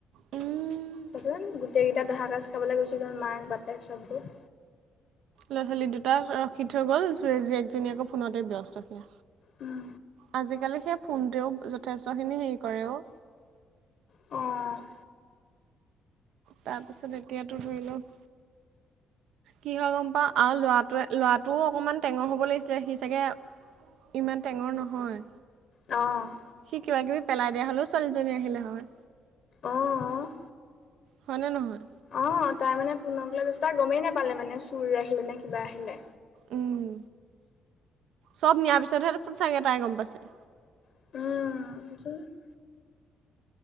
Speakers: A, on the right; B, on the left.
A: উম।
B: চোৱাচোন গোটেই কেইটা দহা কাজ খাবলৈ গুচি গল মাক বাপেক চববোৰ
A: ল'ৰা ছোৱালী দুটা ৰখি থৈ গ'ল জীয়েক জনী আক আকৌ ফোনতে ব্যস্ত সেয়া
B: উম
A: আজিকালি সেই ফোনটোৱেও যথেষ্টখিনি হেৰি কৰে অ'
B: অ'
A: তাৰপিছত এতিয়াতো ধৰি লও কি হয় গম পাওঁ আৰু ল'ৰাটোৱে ল'ৰাটোও অকনমান টেঙৰ হ'ব লাগিছিলে সি চাগে ইমান টেঙৰ নহয়
B: অ'
A: সি কিবা কিবি পেলাই দিয়া হ'লেও ছোৱালীজনী আহিলে হয়
B: অ'
A: হয়নে নহয়
B: অ' তাই মানে ফোনক লৈ তাই গমেই নাপালে মানে চুৰ আহিলে নে কিবা আহিলে
A: উম চব নিয়াৰ পিছতহে চাগে চাগে তাই গম পাইছে
B: উম